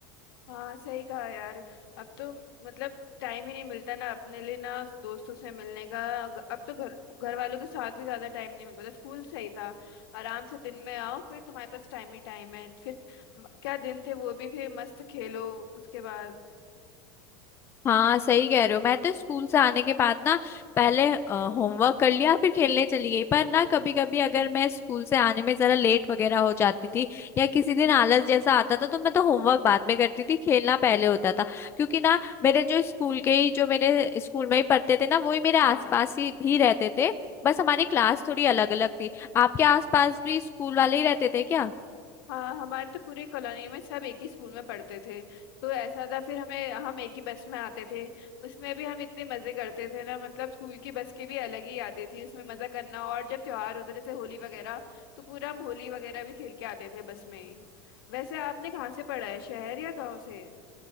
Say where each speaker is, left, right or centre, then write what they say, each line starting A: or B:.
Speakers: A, on the left (about 75°); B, on the left (about 20°).
A: हाँ सही कहा यार अब तो मतलब टाइम ही नहीं मिलता ना अपने लिए ना दोस्तों से मिलने का ग- अब तो घर घर वालों के साथ भी ज्यादा टाइम नहीं मिल पाता स्कूल सही था आराम से दिन में आओ फिर तुम्हारे पास टाइम ही टाइम है फिर म- क्या दिन थे वो भी फिर मस्त खेलो उसके बाद
B: हाँ सही कह रहे हो मैं तो स्कूल से आने के बाद ना पहले होमवर्क कर लिया फिर खेलने चली गई पर ना कभी कभी अगर मैं स्कूल से आने में जरा लेट वगैरह हो जाती थी या किसी दिन आलस जैसा आता था तो मैं तो होमवर्क बाद में करती थी खेलना पहले होता था क्योंकि ना मेरे जो स्कूल के ही जो मेरे स्कूल में ही पढ़ते थे ना वही मेरे आसपास
A: हाँ
B: ही भी रहते थे बस हमारी क्लास थोड़ी अलग अलग थी आपके आसपास भी स्कूल वाले ही रहते थे क्या
A: हाँ हमारे तो पूरे कॉलोनी में सब एक ही स्कूल में पढ़ते थे तो ऐसा था फिर हमें हम एक ही बस में आते थे उसमें भी हम इतने मजे करते थे ना मतलब स्कूल की बस की भी अलग ही यादें थी उसमें मजा करना और जब त्योहार होता जैसे होली वगैरह तो पूरा हम होली वगैरह भी खेल के आते थे बस में ही। वैसे आपने कहाँ से पढ़ा है शहर या गांव से